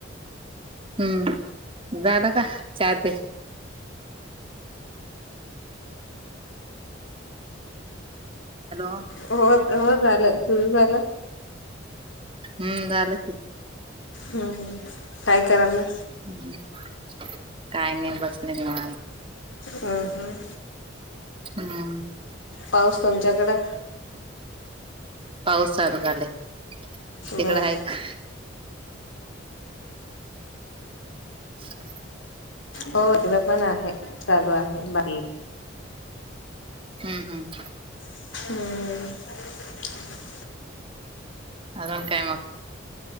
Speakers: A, on the right; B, on the left.
A: हम्म दादा का चाते- हॅलो
B: हो हो झालं सुुरू झालं.
A: हम्म झालं कि.
B: हम्म काय कराला.
A: काय नाही बसले म
B: हम् हम्
A: हम्म
B: पाऊस तुमच्याकडें
A: पाऊस चालू झालाय तिकडं
B: बर
A: आहे का <inaudible>
B: हो तिला पण आहे चालू आहे बाई
A: हम् हम्
B: हम्म
A: अजून काय मग